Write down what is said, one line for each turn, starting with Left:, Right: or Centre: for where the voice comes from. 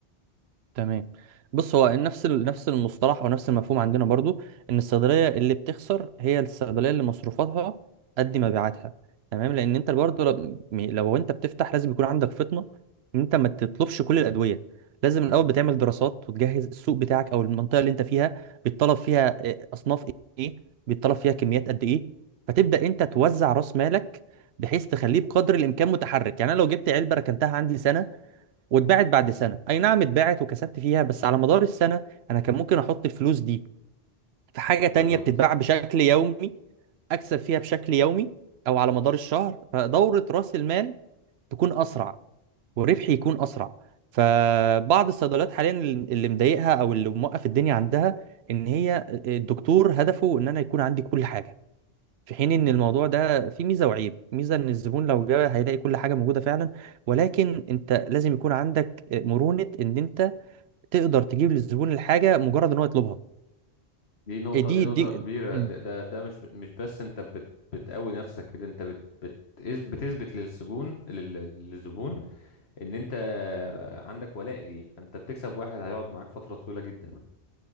Right: تمام بص هو نفس ال- نفس المصطلح او نفس المفهوم عندنا برضو ان الصيدليه اللي بتخسر هي الصيدليه اللي مصروفاتها قد مبيعاتها تمام لان انت برضو لو, م- لو انت بتفتح لازم يكون عندك فطنه ان انت ما تطلبش كل الادويه لازم الاول
Left: مم.
Right: بتعمل دراسات وتجهز السوق بتاعك او المنطقه اللي انت فيها بيتطلب فيها إيه، اصناف ايه بيتطلب فيها كميات قد ايه فتبدا انت توزع راس مالك بحيث تخليه بقدر الامكان متحرك يعني انا لو جبت علبه ركنتها عندي سنه واتباعت بعد سنة أي نعم اتباعت وكسبت فيها بس على مدار السنة أنا كان ممكن أحط الفلوس دي في حاجة
Left: بالظبط
Right: تانية بتتباع بشكل يومي أكسب فيها بشكل يومي أو على مدار الشهر فدورة رأس المال تكون أسرع وربحي يكون أسرع فبعض الصيدليات حاليا اللي مضايقها أو اللي موقف الدنيا عندها إن هي الدكتور هدفه إن أنا يكون عندي كل حاجة في حين ان
Left: مم.
Right: الموضوع ده فيه ميزه وعيب ميزه ان الزبون لو جه هيلاقي كل حاجه موجوده فعلا ولكن انت لازم يكون عندك مرونه ان انت تقدر تجيب للزبون الحاجه مجرد ان هو يطلبها
Left: دي نقطة
Right: إيه دي
Left: دي نقطة
Right: دي
Left: كبيرة
Right: مم.
Left: ده ده, ده مش مش بس أنت بت بتقوي نفسك كده أنت بت بت بتثبت للسجون لل- للزبون ان انت عندك ولاء ليه فانت بتكسب واحد هيقعد معاك فترة طويلة جدا